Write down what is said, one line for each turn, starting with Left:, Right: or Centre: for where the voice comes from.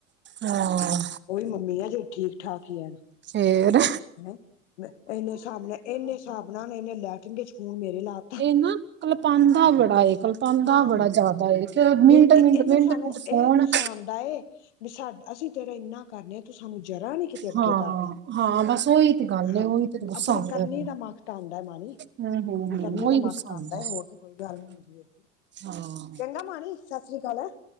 Right: ਹਾਂ
Left: ਓਹੀ ਮੰਮੀ ਆ, ਜੋ ਠੀਕ ਠਾਕ ਹੀ ਹੈ।
Right: ਫ਼ਿਰ।
Left: ਹੈਂ, ਮੈ ਇੰਨੇ ਹਿਸਾਬ, ਇੰਨੇ ਹਿਸਾਬ ਨਾਲ ਨੇ। ਇੰਨੇ ਲੈ ਕੇ ਗਏ ਸੂਟ ਮੇਰੇ ਨਾਲ।
Right: ਇਹ ਨਾ ਕਲਪਾਂਦਾ ਬੜਾ ਏ। ਕਲਪਾਂਦਾ
Left: ਹਾਂ
Right: ਬੜਾ ਜ਼ਿਆਦਾ। ਮਿੰਟ
Left: ਇਹ
Right: ਮਿੰਟ
Left: ਇਹਨੂੰ
Right: ਮਿੰਟ
Left: ਸਾਨੂੰ
Right: ਮਿੰਟ ਫੋਨ
Left: ਇਹ ਗੁੱਸਾ ਆਉਂਦਾ ਏ। ਵੀ ਸਾਡਾ ਅਸੀਂ ਤੇਰਾ ਇੰਨਾ। ਕਰਨੇ ਆ ਤੂੰ ਸਾਨੂੰ ਜ਼ਰਾ ਨੀ ਕਿਤੇ ਅੱਗੇ
Right: ਹਾਂ
Left: ਧਾਰਦਾ
Right: ਹਾਂ ਬਸ ਉਹੀ ਤੇ ਗੱਲ
Left: ਹਾਂ
Right: ਏ ਉਹੀ ਤੇ ਗੁੱਸਾ
Left: ਆਪਣੇ
Right: ਆਂਦਾ
Left: ਕਰਨੀ
Right: ਫਿਰ
Left: ਦਾ ਮੱਖ। ਟਾਂਡਾ ਮਾਣੀ
Right: ਹੂੰ ਹੂੰ
Left: ਨਿਕਰਨੀ
Right: ਹੂੰ। ਉਹੀ
Left: ਦਾ
Right: ਗੁੱਸਾ
Left: ਮਾਖਟ
Right: ਆਂਦਾ
Left: <unintelligible> ਆਉਂਦਾ ਹੋਰ ਤੇ ਕੋਈ ਗੱਲ਼ ਨੀਂ ਹੁੰਦੀ ਹੈਗੀ।
Right: ਹਾਂ।
Left: ਚੰਗਾ ਮਾਣੀ ਸਤਿ ਸ੍ਰੀ ਅਕਾਲ